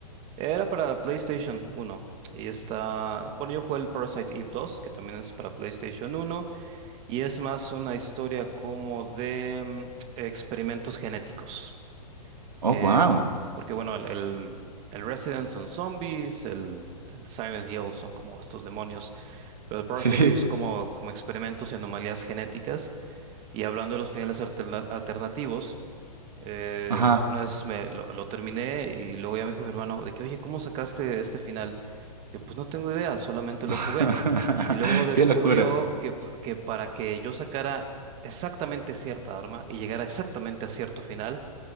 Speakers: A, on the right (about 30°); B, on the right (about 85°).
A: Era para PlayStation uno Y está, bueno, yo jugué el Parasite Eve dos que también es para PlayStation uno Y es más una historia como de mm, experimentos genéticos.
B: Oh,
A: Em,
B: wow.
A: porque bueno, el, el, el Resident son zombies, el, el Silent Hill son como estos demonios, pero el Parasite
B: Sí,
A: Eve son como, como experimentos y anomalías genéticas. Y hablando de los finales alterna- alternativos, eh,
B: ajá.
A: una vez me, lo, lo terminé y luego ya me dijo mi hermano de que, oye, ¿cómo sacaste este final? Yo pues no tengo idea, solamente
B: <laughs>
A: lo jugué. Y luego descubrió
B: Qué locura.
A: que, pa- que para que yo sacara exactamente cierta arma y llegara exactamente a cierto final,